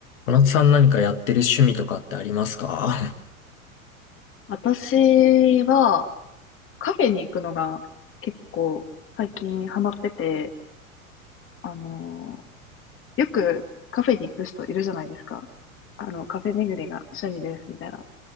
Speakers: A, on the left; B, on the left.
A: 小夏さん何かやってる趣味とかってありますか
B: 私はカフェに行くのが結構最近ハマってて、あのーよくカフェに行く人いるじゃないですか。あの、カフェ巡りが趣味ですみたいな。